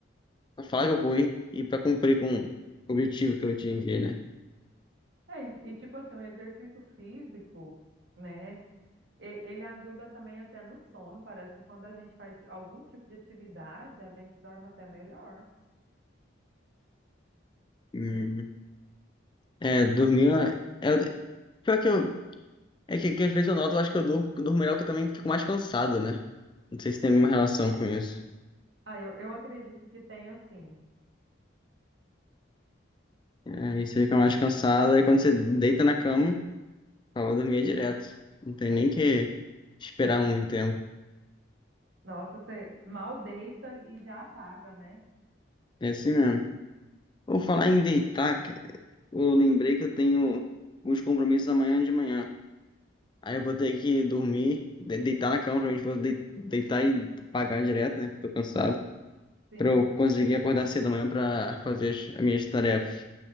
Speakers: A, on the left; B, on the right.
A: pra falar que eu fui e pra cumprir com o objetivo que eu tinha que, né?
B: é, e e, tipo assim, um exercício físico, né? E- Ele ajuda também até no sono. Parece que quando a gente faz algum tipo de atividade, a gente dorme até melhor.
A: Hum. É, dormir, é, é- pior que eu, é que, que às vezes eu noto, eu acho que eu durmo, durmo melhor que eu também fico mais cansado, né? Não sei se tem alguma relação com isso.
B: Ah, eu, eu acredito que tem assim.
A: Aí você fica mais cansado, aí quando você deita na cama, acaba dormir direto. Não tem nem que esperar muito tempo.
B: Nossa, você mal deita e já apaga, né?
A: É assim mesmo. Vou falar em deitar, cara. Eu lembrei que eu tenho uns compromissos amanhã de manhã. Aí eu vou ter que dormir, de- deitar na cama, provavelmente vou dei- deitar e pagar direto, né? Porque tô cansado.
B: Sim.
A: Pra eu conseguir acordar cedo amanhã pra fazer as, as minhas tarefas.